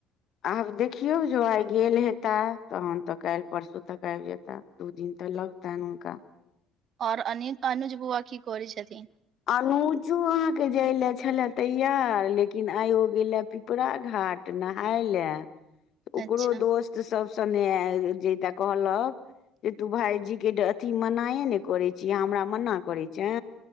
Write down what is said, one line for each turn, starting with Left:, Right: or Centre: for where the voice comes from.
Left: आब देखियौ जो आइ गेल हेता तहन तऽ कैल परसू तक आइब जेता दू दिन तऽ लगतन हुँनका
Right: ओर अ अनुज बौआ की कोरी छथिन
Left: अनुजो अहाँके जाय ले छलए तैयार लेकिन आइो गेले पिपरा घाट नहाय ले ओकरो
Right: अच्छा
Left: दोस्त त सब सने जयता कहल जे तू भायजी के अथी मनायए ने करैत छीय हमरा मना करै छै